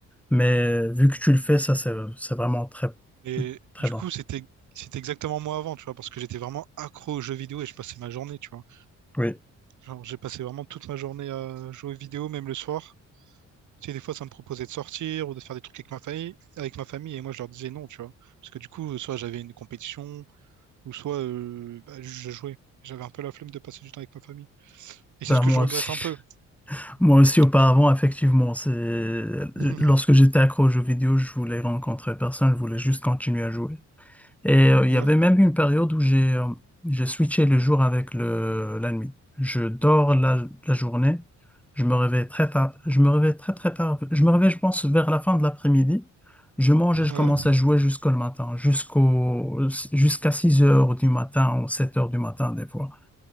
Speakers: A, in the centre; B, on the right.
A: Mais vu que tu le fais, ça, c'est, c'est vraiment très,
B: Et
A: très
B: du
A: bon.
B: coup, c'était c'était exactement moi avant, tu vois, parce que j'étais vraiment accro aux jeux vidéo et je passais ma journée, tu vois.
A: Oui.
B: Genre, j'ai passé vraiment toute ma journée à jouer vidéo, même le soir. Tu sais, des fois, ça me proposait de sortir ou de faire des trucs avec ma famille, avec ma famille, et moi, je leur disais non, tu vois. Parce que du coup, soit j'avais une compétition, ou soit euh, bah, je jouais. J'avais un peu la flemme de passer du temps avec ma famille. Et c'est
A: Ben,
B: ce que
A: moi
B: je regrette
A: aussi.
B: un
A: <laughs>
B: peu,
A: Moi aussi, auparavant,
B: tu vois.
A: effectivement, c'est
B: <laughs>
A: lorsque j'étais accro aux jeux vidéo, je voulais rencontrer personne, je voulais juste continuer à jouer. Et euh, il
B: Ouais,
A: y avait même une période où j'ai euh, j'ai switché le jour avec le la nuit. Je dors la, la journée, je me réveille très tard, je me réveille très très tard, je me réveille, je pense, vers la fin de l'après-midi. Je mange
B: ouais,
A: et je commence à jouer jusqu'au matin, jusqu'au jusqu'à 6 heures du matin ou 7 heures du matin des fois.